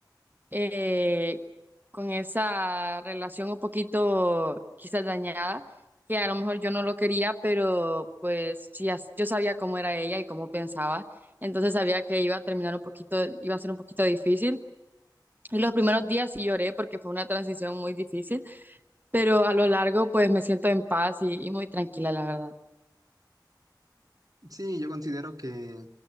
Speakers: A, on the right; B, on the right.
A: eh, con esa relación un poquito quizás dañada, que a lo mejor yo no lo quería, pero pues sí, as- yo sabía cómo era ella y cómo pensaba, entonces sabía que iba a terminar un poquito, iba a ser un poquito difícil. Y los primeros días sí lloré porque fue una transición muy difícil, pero a lo largo pues me siento en paz y, y muy tranquila, la verdad.
B: Sí, yo considero que